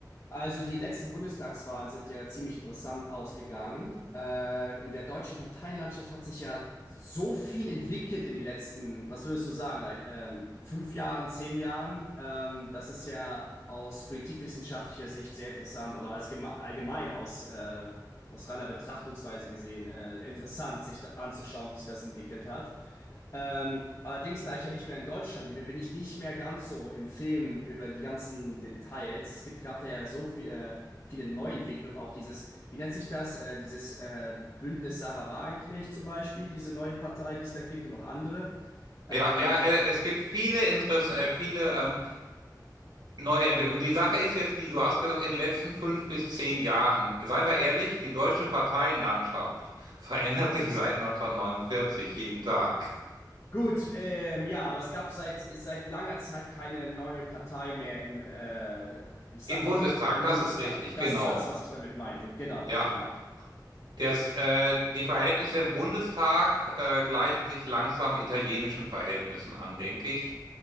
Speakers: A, on the left; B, on the right.
A: Also die letzten Bundestagswahlen sind ja ziemlich interessant ausgegangen. Äh, in der deutschen Parteienlandschaft hat sich ja so viel entwickelt in den letzten, was würdest du sagen, like, ähm, fünf Jahren, zehn Jahren. Ähm, das ist ja aus politikwissenschaftlicher Sicht sehr interessant oder als gema- allgemein aus, äh, aus reiner Betrachtungsweise gesehen äh, interessant, sich da anzuschauen, wie sich das entwickelt hat. Ähm, allerdings, da ich ja nicht mehr in Deutschland lebe, bin ich nicht mehr ganz so im Film über die ganzen Details. Es gibt gerade da ja so viel, äh, viele Neuentwicklungen, auch dieses, wie nennt sich das, äh, dieses äh, Bündnis Sarah Wagenknecht zum Beispiel, diese neue Partei, die es da gibt und noch andere. Ähm,
B: Ja, ja, äh, es gibt viele Interessen, äh, viele ähm, neue Entwicklungen. Die Sache ist jetzt die, du hast gesagt, in den letzten fünf bis zehn Jahren, seien wir ehrlich, die deutsche Parteienlandschaft <laughs> verändert sich seit 1949 jeden Tag.
A: gut, ähm, ja, aber es gab seit, ist seit langer Zeit keine neue Partei mehr im, äh, ich sag
B: Im Bundestag,
A: mal, so, im
B: das
A: Bundestag.
B: ist richtig,
A: Das
B: genau.
A: ist das, was ich damit meinte. Genau,
B: Ja,
A: genau.
B: das, äh, die Verhältnisse im Bundestag äh, gleichen sich langsam italienischen Verhältnissen an, denke ich.